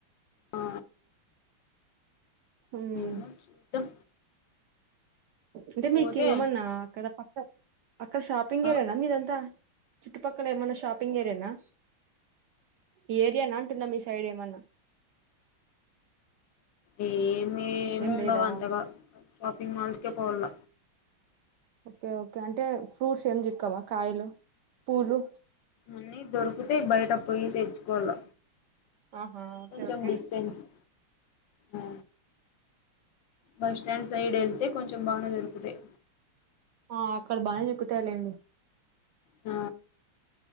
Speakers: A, on the left; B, on the right.
A: ఆ
B: ఉమ్
A: ఏమో చూద్దాం
B: అంటే మీకు
A: పోతే
B: ఏమన్నా అక్కడ పక్క అక్కడ షాపింగ్
A: ఆ
B: ఏరియానా మీదంతా చుట్టుపక్కల ఏమైన్నా షాపింగ్ ఏరియానా? ఈ ఏరియానాంటున్నా మీ సైడ్ ఏమన్నా
A: ఏమిమి
B: ఏం
A: ఉండవు
B: లేదా
A: అంత గా షాపింగ్ మాల్స్కే పోవల్ల
B: ఓకే ఓకే అంటే ఫ్రూట్స్ ఏం చిక్కవా కాయలు, పూలు
A: అన్నీ దొరికితయ్ బయట పోయి తెచ్చుకోల
B: ఆహా ఓకే
A: కొంచెం
B: ఓకే
A: డిస్టన్స్ అ బస్ స్టాండ్ సైడ్ వెళ్తే కొంచెం బానే దొరుకుతాయ్
B: ఆ అక్కడ బానే ఎక్కుతాయ్ లేండి
A: ఆ